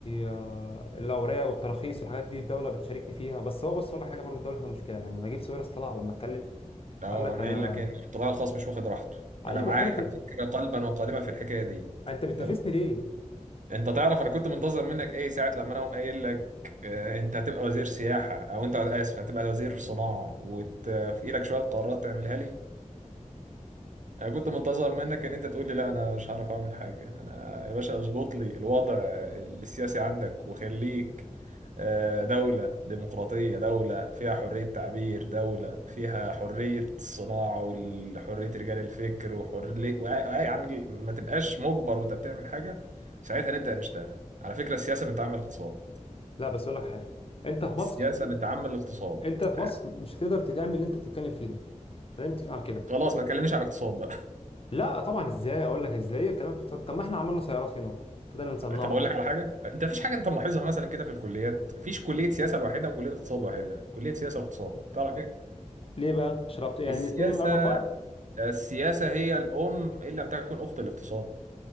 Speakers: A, on the left; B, on the right.
A: آه، الاوراق والتراخيص والحاجات دي الدوله بتشاركني فيها بس هو بص اقول لك حاجه برضه الدوله فيها مشكله يعني نجيب ساويرس طلع لما اتكلم
B: اه
A: قال لك
B: انا
A: انا
B: قايل لك ان القطاع الخاص مش واخد راحته
A: ايوه
B: انا معاك
A: قال لك
B: على فكره قلبا وقالبا في الحكايه دي
A: انت بتنافسني
B: تمام
A: ليه؟
B: انت تعرف انا كنت منتظر منك ايه ساعه لما انا أقوم قايل لك آه، انت هتبقى وزير سياحه او انت اسف هتبقى وزير صناعه وفي ايدك شويه قرارات تعملها لي انا كنت منتظر منك ان انت تقول لي لا انا مش هعرف اعمل حاجه انا يا باشا اظبط لي الوضع السياسي عندك وخليك آه، دولة ديمقراطية دولة فيها حرية تعبير دولة فيها حرية الصناعة وحرية رجال الفكر وحرية يعني ما تبقاش مجبر وانت بتعمل حاجة ساعتها نبدأ نشتغل على فكرة السياسة بنتعمل اقتصاد
A: لا بس اقول لك حاجه انت في
B: السياسة
A: مصر
B: بنتعمل اقتصاد
A: انت في مصر
B: آه،
A: مش هتقدر تعمل اللي انت بتتكلم فيه ده خلينا متفقين على كده
B: خلاص ما تكلمنيش عن اقتصاد
A: لا طبعا ازاي اقول لك ازاي كلامك في- اقتصاد. طب ما احنا عملنا سيارات هنا ابتدينا نصنعه
B: طب اقول لك على حاجه انت مفيش حاجه انت ملاحظها مثلا كده في الكليات مفيش كليه سياسه لوحدها وكليه اقتصاد لوحدها كليه سياسه واقتصاد تعرف ليه
A: ليه بقى؟ شربت يعني
B: السياسه
A: الاثنين لهم علاقه ببعض
B: السياسه هي الام ان لم تكن اخت الاقتصاد